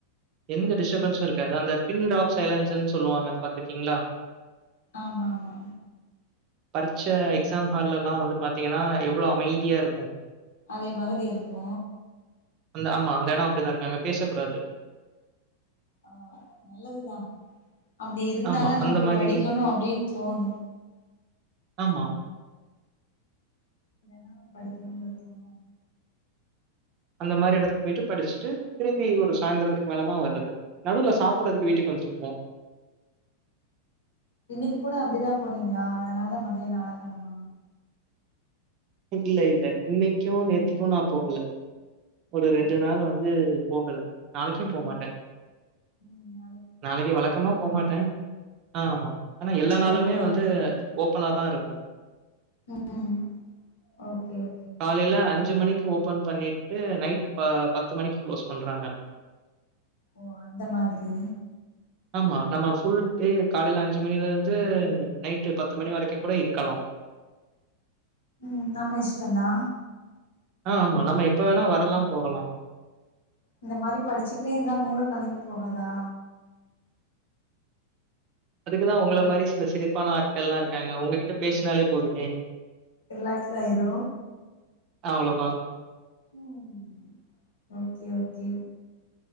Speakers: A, on the right; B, on the left.
A: எந்த டிஸ்டர்பன்ஸும் இருக்காது அந்த பின் ட்ராப் சைலன்ஸ்ன்னு சொல்லுவாங்க பாத்துருக்கீங்களா
B: ஆமா ஆமா
A: பரிட்ச எக்ஸா ஹால்லல்லா வந்து பாத்தீங்கன்னா எவ்வளோ அமைதியா இருக்கு
B: அதே மாதிரி இருக்கு
A: அந்த ஆமா அந்த எடோ அப்டிதா இருக்கு அங்க பேச கூடாது
B: ஆ நல்லதுதா அப்டி இருந்தாதா
A: ஆமா,
B: நமக்கு
A: அந்த மாரி
B: படிக்கணு அப்டின்னு தோணு
A: ஆமா
B: இல்லன்னா படிகணுறுத் தோணாது
A: அந்த மாரி எடத்து போயிட்டு படிச்ட்டு திரும்பி ஒரு சாயந்திரத்துக்கு மேல தா வர்றது நடுவுல சாப்டுறதுக்கு வீட்டுக்கு வந்துபோவோ
B: இன்னைக்கு கூட அப்டிதா போனீங்களா அதனாலதா மதியோ ஆளகாணுமா
A: இல்ல இல்ல இன்னைக்கு நேத்தக்கு நா போகல ஒரு
B: போகல
A: ரெண்டு நாள் வந் உம் போகல நாளைக்கு போமாட்ட
B: ம்
A: நாளைக்கு வழக்கமா போமாட்ட ஆமா ஆனா
B: ஞாயிற்றுக்கிழமங்கறதுனால
A: எல்லா நாளுமே வந்து ஓப்பனாதா இருக்கு
B: ம் ஓகே ஓகே
A: காலைல அஞ்சு மணிக்கு ஓப்பன் பண்ணிட்டு நைட் ப பத்து மணிக்கு க்ளோஸ் பண்றாங்க
B: ஓ அந்த மாதிரி
A: ஆமா நம்ம ஃபுல் டே காலைல அஞ்சு மணில இருந்து நைட்டு பத்து மணி வரைக்குங் கூட இருக்கலா
B: ம் நம்ம இஷ்டந்தா
A: ஆ ஆமா நம்ம வேணா வரலா போலா
B: இந்த மாரி படிச்சுகிட்டே இருந்தா மூள கலங்கி போகாதா
A: அதுக்குதா உங்கள மாரி சில சிரிப்பான ஆட்கள்ல்லா இருக்காங்க உங்ககிட்ட பேசினாலே போதுமே
B: ரிலாக்ஸ் ஆயிரு
A: அவ்ளதா
B: ம் ஓகே ஓகே